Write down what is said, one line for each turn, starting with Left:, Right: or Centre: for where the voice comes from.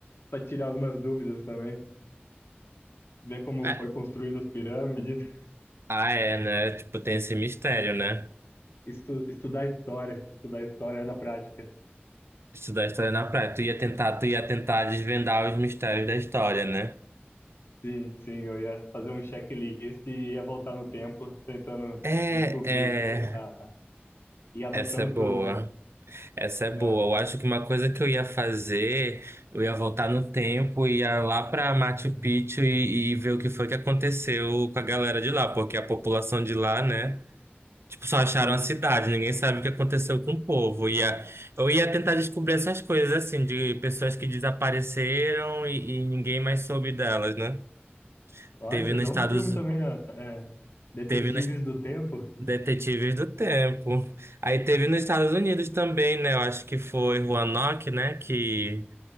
Left: para tirar algumas dúvidas também. Ver como
Right: É.
Left: foi construída as pirâmides.
Right: Ah, é, né? Tipo, tem esse mistério,
Left: <laughs> né?
Right: né?
Left: Estu, estudar história. Estudar história na prática.
Right: Estudar a história na praia. Tu ia tentar, tu ia tentar desvendar os mistérios da história, né?
Left: Sim, sim, eu ia fazer um checklist e ia voltar no tempo, tentando
Right: É,
Left: descobrir
Right: é,
Left: o que que. Ah, e anotando
Right: essa é boa.
Left: tudo, né?
Right: Essa é boa.
Left: É,
Right: Eu acho que uma coisa que eu ia fazer, eu ia voltar no tempo, ia lá pra Machu Picchu e, e ver o que foi que aconteceu com a galera de lá, porque a população de lá, né? Tipo, só acharam
Left: sim.
Right: a cidade,
Left: É,
Right: ninguém sabe o que aconteceu com o povo. Ia, eu ia tentar descobrir essas coisas, assim, de pessoas que desapareceram e, e ninguém mais soube delas, né?
Left: Ó,
Right: Teve
Left: isso
Right: nos
Left: aí dá
Right: Estados,
Left: um filme também, né? É, Detetives
Right: teve nos
Left: do Tempo.
Right: Detetives do Tempo. Aí teve nos Estados Unidos também, né? Eu acho que foi Roanoke, né? Que